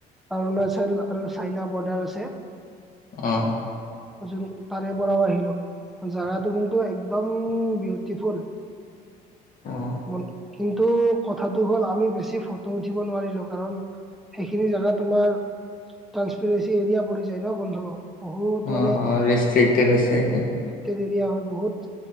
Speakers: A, in the centre; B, on the left (about 55°).
A: অৰুণাচল আৰু চাইনা বৰ্ডাৰ আছে।
B: উম।
A: যোন তাৰে পৰাও আহিলো। জাগাটো কিন্তু একদম বিউটিফুল।
B: অ
A: মন কিন্তু কথাটো হ'ল আমি বেছি ফটো উঠিব নোৱাৰিলো কাৰণ সেইখিনি জেগা তোমাৰ ট্ৰান্সপিৰেঞ্চি এৰিয়া পৰি যায় ন বন্ধু, বহুত
B: অ
A: মানে <unintelligible>
B: অ ৰেষ্ট্ৰিক্টেড আছে এইখন।
A: টে এৰিয়া হয় বহুত